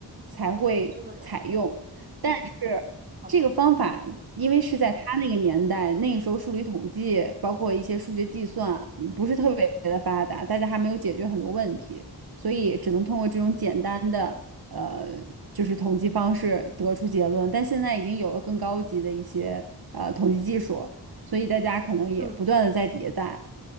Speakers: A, on the right (about 60°); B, on the right (about 20°).
A: 才会采用。
B: 比我研究的人。
A: 但是这个方法，
B: 好的，
A: 因为是在他那个年代，那个时候数理统计，包括一些数学计算，嗯不是特别的发达，大家还没有解决很多问题，所以只能通过这种简单的，呃，就是统计方式得出结论。但现在已经有了更高级的一些呃统计技术，所以大家可能也不断的在迭代。
B: 嗯